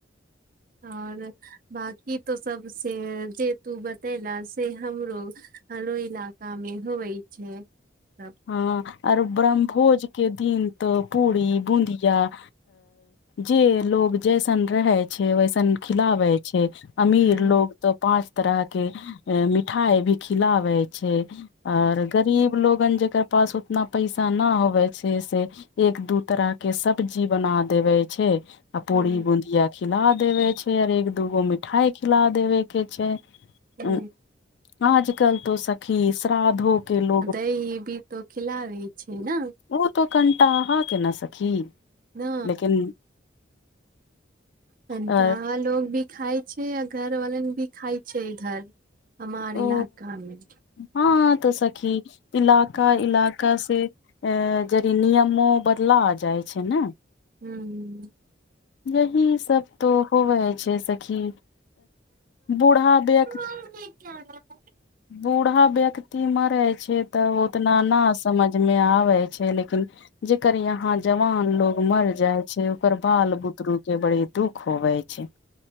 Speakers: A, on the right; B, on the left.
A: आओर बकी तो सभ से जे तू बतैल से हमरो हलो इलका मे हो वै छै। सब
B: हँ आर ब्रह्मभोज के दिन तऽ पूरी बुदिया आ जे लोग जैसन रहै छै वैसन खिलाबै छै अमीर
A: हूँ
B: लोग तो पाँच तरह के मिठाई भी खिलाबे छै आर गरीब लोगन जकर पास उतना पैसा न होबे छै से। एक दू तरह के सब्जी बना देबे छै। आ पूड़ी
A: हूँ
B: बुदिया खिला देवे छै आऔर एक दूगो मिठाई खिला देवे के छै।
A: हू।
B: अ, आजकल तो सखी श्राधो के लोग।
A: ही भी। तऽ खिलबे छै ने
B: ओ तो कनिटाहा के ने सखी
A: ने
B: लेकिन
A: कन्ता
B: अ
A: लोग भी खाय छै आ घरवाला भी खाय छै इधर हमार
B: ओ
A: इलाका मे।
B: हँ तऽ सखी इलाका इलाका से। अ जरी नियमो बदला आ जाइ छै ने।
A: हू।
B: यही सभ तो होवे छै सखी बूढ़ा व
A: भ।
B: बूढ़ा व्यक्ति मरै छै तऽ ओ। इतना ने समझ मे आबे छै लेकिन। जेकर यहाँ जवान लोग मर जाय छै ओकर बाल बुतरु के बड़े दुख होवे छै